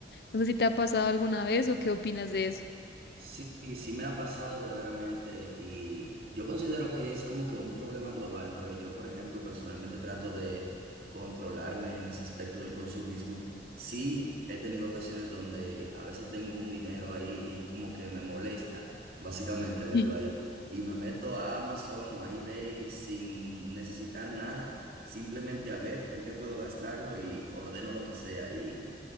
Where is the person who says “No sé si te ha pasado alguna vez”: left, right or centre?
Left